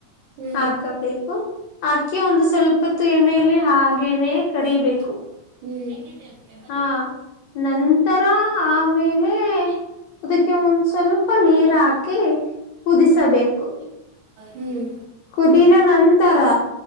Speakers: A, on the right; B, on the left.
A: ಹ್ಮ್
B: ಹಾಕಬೇಕು ಹಾಕಿ ಒಂದು ಸ್ವಲ್ಪತ್ತು ಎಣ್ಣೆಯಲ್ಲಿ ಹಾಗೇನೆ
A: ಹ್ಮ್
B: ಕರಿಬೇಕು
A: ಹ್ಮ್
B: ಹಾ ನಂತರ ಆಮೇಲೆ ಕ್ಕೆ ಒಂದ್ ಸ್ವಲ್ಪ ನೀರ್ ಹಾಕಿ ಕುದಿಸಬೇಕು
A: ಹ್ಮ್
B: ಕುದಿದ ನಂತರ